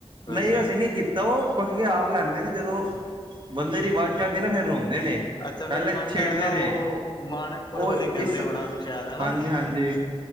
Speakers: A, on the left; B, on the right.
A: ਵੈਸੇ
B: ਨਈ ਅਸੀਂ ਨਹੀਂ ਕੀਤਾ। ਉਹ ਪੰਗੇ ਆਪ ਲੈਂਦੇ ਨੇ ਜਦੋਂ, ਬੰਦੇ ਦੀ ਵੱਜ ਜਾਂਦੀ ਨਾ ਫਿਰ ਰੋਂਦੇ ਨੇ।
A: ਅੱਛਾ
B: ਪਹਿਲੇ
A: ਫਿਰ ਮਨ
B: ਛੇੜਦੇ
A: ਤਾਂ ਹੈਗਾ
B: ਨੇ।
A: ਉਹ ਮਾਣਕਪੁਰ
B: ਉਹ
A: ਵਾਲੇ ਕਹਿੰਦੇ
B: ਇਸ
A: ਉਹਨਾਂ ਨੂੰ ਸ਼ਾਇਦ ਹਨਾ
B: ਹਾਂਜੀ-ਹਾਂਜੀ